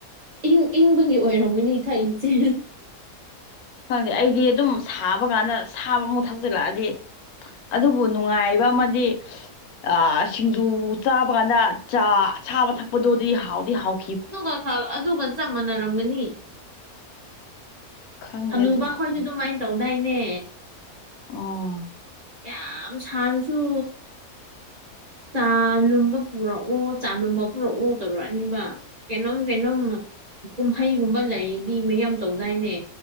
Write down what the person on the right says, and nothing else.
ꯏꯪ ꯏꯪꯕꯒꯤ ꯑꯣꯏꯔꯝꯒꯅꯤ ꯊꯛꯏꯁꯦ
ꯑꯗꯨꯒ ꯈꯛ ꯑꯗꯨꯒ ꯆꯞ ꯃꯥꯟꯅꯔꯝꯒꯅꯤ
ꯍꯅꯨꯕ
ꯈꯣꯏꯁꯨ ꯑꯗꯨꯃꯥꯏ ꯇꯧꯗꯥꯏꯅꯦ
ꯌꯥꯝ ꯁꯥꯔꯁꯨ ꯆꯥ ꯂꯨꯝꯕ ꯄꯨꯔꯛꯑꯣ ꯆꯥꯂꯨꯝꯕ ꯄꯨꯔꯛꯑꯣ ꯇꯧꯔꯛꯑꯅꯤꯕ ꯀꯩꯅꯣꯝ ꯀꯩꯅꯣꯝ ꯀꯨꯝꯍꯩꯒꯨꯝꯕ ꯂꯩꯗꯤ ꯃꯌꯥꯝ ꯇꯧꯗꯥꯏꯅꯦ